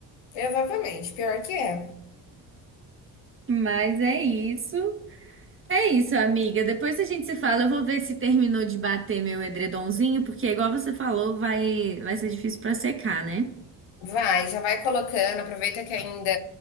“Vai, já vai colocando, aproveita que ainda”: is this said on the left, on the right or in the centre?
Left